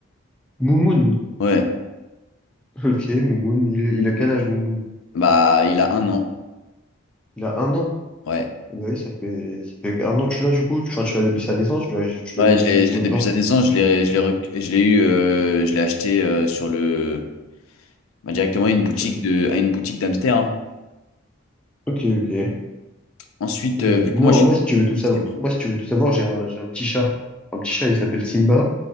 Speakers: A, in the centre; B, on the left.
A: Moumoun.
B: Ouais,
A: <laughs> Ok, Moumoun. Il, il a quel âge, Moumoun?
B: bah, il a un an.
A: Il a un an.
B: Ouais.
A: Ah bah oui, ça fait, ça fait un an que tu l'as du coup. Enfin, tu l'as depuis sa naissance, tu l'as, tu
B: Ouais,
A: l'as eu depuis
B: je l'ai, je
A: combien
B: l'ai depuis
A: de temps?
B: sa naissance, je l'ai, je l'ai, rec- je l'ai eu, euh, je l'ai acheté euh, sur le, bah, directement à une boutique
A: Ça-
B: de, à une boutique d'Amster. hein.
A: Ok, ok.
B: Ensuite,
A: Euh,
B: euh, vu
A: moi,
B: que moi je
A: moi, si tu veux tout savoir,
B: suis,
A: moi, si tu veux tout savoir, j'ai un, j'ai un petit chat. Un petit chat, il s'appelle Simba.